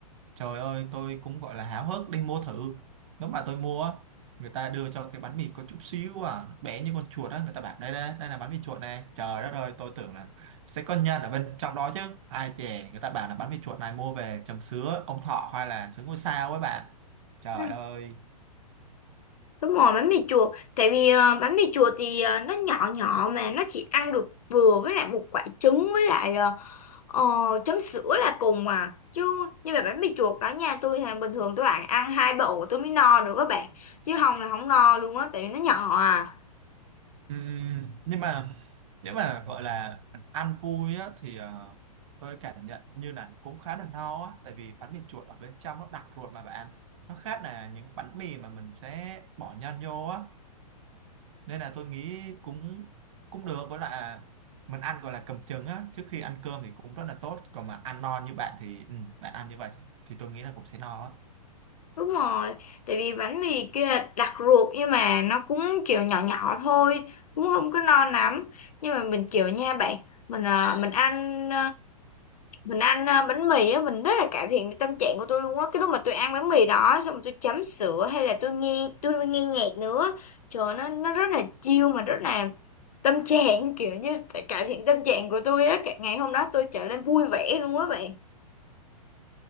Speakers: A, on the right (about 55°); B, on the left (about 70°).
A: Trời ơi, tôi cũng gọi là háo hức đi mua thử. Lúc mà tôi mua á, người ta đưa cho cái bánh mì có chút xíu à, nó bé như con chuột á, người ta bảo đây đây, đây là bánh mì chuột này. Trời đất ơi, tôi tưởng là sẽ có nhân ở bên trong đó chứ ai chè người ta bảo là bánh mì chuột này mua về chấm sứa ông thọ hay là sứa ngôi sao ấy bạn trời
B: Ừ.
A: ơi
B: Đúng rồi bánh mì chùa, Tại vì ờ, bánh mì chùa thì ờ, nó nhỏ nhỏ Mà nó chỉ ăn được vừa với lại một quả trứng Với lại ờ, Ờ, chấm sữa là cùng à chứ nhưng mà bánh mì chuột đó nha tôi là bình thường tôi bạn ăn hai bộ tôi mới no được các bạn chứ không là không no luôn á tại vì nó nhỏ à
A: Ừm, nhưng mà nếu mà gọi là ăn vui á thì ờ, tôi cảm nhận như là cũng khá là no á tại vì bánh mì chuột ở bên trong nó đặc ruột mà bạn nó khác là những bánh mì mà mình sẽ bỏ nhân vô á nên là tôi nghĩ cũng cũng được với lại là mình ăn gọi là cầm chừng á trước khi ăn cơm thì cũng rất là tốt còn mà ăn no như bạn thì ừ, bạn ăn như vậy thì tôi nghĩ là cũng sẽ no á
B: đúng rồi tại vì bánh mì kia là đặc ruột nhưng mà nó cũng kiểu nhỏ nhỏ thôi cũng không có no lắm nhưng mà mình kiểu nha bạn mình à, mình ăn mình ăn ờ, bánh mì á mình rất là cải thiện tâm trạng của tôi luôn á cái lúc mà tôi ăn bánh mì đó xong rồi tôi chấm sữa hay là tôi nghe tôi nghe nhạc nữa trời nó nó rất là chill mà rất là tâm trạng kiểu như cải thiện tâm trạng của tôi á Cả- ngày hôm đó tôi trở nên vui vẻ luôn á bạn